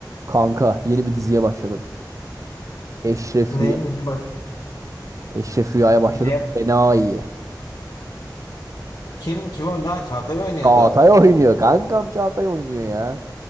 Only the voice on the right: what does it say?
Kanka yeni bir diziye başladım. Eşref
Rüya.
Eşref Rüya'ya başladım.
Fena iyi.
Çağatay oynuyor. Kankam Çağatay oynuyor ya.